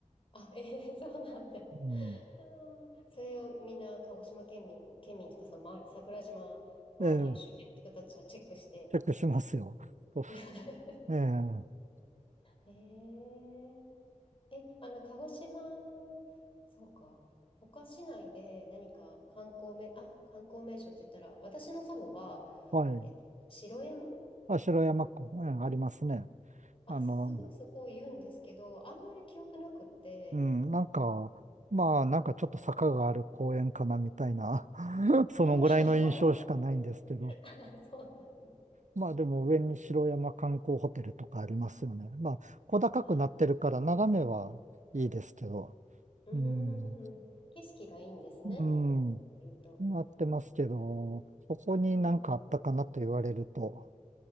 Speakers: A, on the left; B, on the right.
A: あ、ええそうなんだ。
B: うん。
A: あーそれをみんな鹿児島県民、県民というかその周り、桜島周り、
B: ええ、
A: 周辺の人たちはチェックして。
B: チェックしますよ。と
A: <laughs>
B: ええ、
A: えー、え、あの、鹿児島、そうか、他市内で何か観光名、あ、観光名所って言ったら、私の祖母は、
B: はい。
A: えっと、城山
B: あ、城山湖、ええ、ありますね。
A: あ、
B: あの、
A: すごいそこを言うんですけど、あんまり記憶なくって、
B: うん、なんか、まあ、なんかちょっと坂がある公園かなみたいな、<laughs> そのぐらいの印象しかないんですけど、
A: あ、<laughs> そんな、<laughs> あそうなん。
B: まあでも上に城山観光ホテルとかありますよね。まあ小高くなってるから眺めはいいですけど。
A: あ、うんうんうん、
B: うん。
A: 景色がいいんですね。
B: うん。
A: すると。
B: なってますけど、ここになんかあったかなと言われると、
A: うんうん